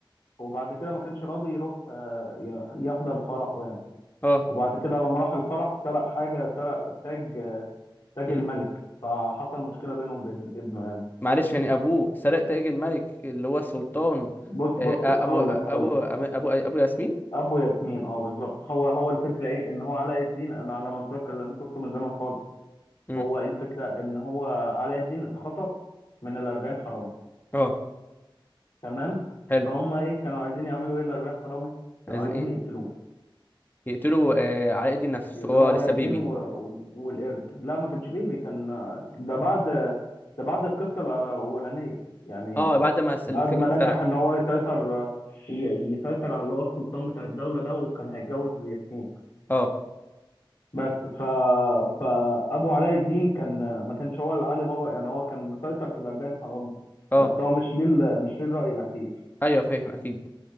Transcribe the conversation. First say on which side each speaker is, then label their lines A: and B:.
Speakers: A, on the left; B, on the left.
A: وبعد كده ما كانش راضي يروح آه، يح- يحضر فرحه يعني
B: اه
A: وبعد كده لما راح الفرح سرق حاجة سرق تاج آه، تاج
B: مم.
A: الملك فحصل مشكلة بينه وبين ابنه يعني
B: معلش يعني ابوه سرق تاج الملك اللي هو السلطان
A: بص
B: آه.
A: بص
B: آه،
A: هقول
B: ابو ابو
A: لك هقول لك
B: ابو ابو ياسمين
A: أبو ياسمين اه بالظبط هو هو الفكرة ايه ان هو علاء الدين انا على ما اتذكر لان شفته من زمان خالص
B: مم.
A: هو ايه الفكرة ان هو علاء الدين اتخطف من الأربعين حرامي
B: اه
A: تمام
B: حلو
A: فهم ايه كانوا عايزين يعملوا ايه الأربعين حرامي
B: عايزين
A: كانوا عايزين
B: ايه
A: يقتلوه
B: يقتلوا آه. علاء الدين نفسه
A: يقتلوا
B: هو
A: علاء
B: لسه
A: الدين
B: بيبي
A: و... و- والقرد لا ما كانش بيبي كان ده بعد ده بعد القصة الأولانية يعني
B: اه بعد ما الس-
A: بعد
B: التاج
A: ما
B: اتسرق
A: نجح إن هو يسيطر ي- يسيطر على اللي هو السلطان بتاع الدولة ده وكان هيتجوز ياسمين
B: اه
A: بس ف... فأبو علاء الدين كان ما كانش هو اللي علي بابا يعني هو كان مسيطر في الأربعين حرامي
B: اه
A: بس هو مش ليه ال- مش ليه الرأي الأخير
B: ايوه فاهم اكيد